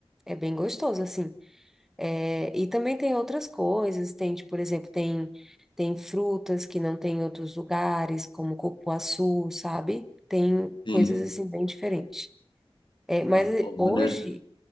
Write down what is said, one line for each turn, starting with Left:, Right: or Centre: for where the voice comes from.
Centre: é bem gostoso, assim. É, e também tem outras coisas, tem, tipo, por exemplo, tem, tem frutas que não tem em outros lugares, como cupuaçu, sabe? Tem
Left: Sim.
Centre: coisas, assim, bem diferentes. É, mas
Left: Ah, pô, maneiro.
Centre: hoje,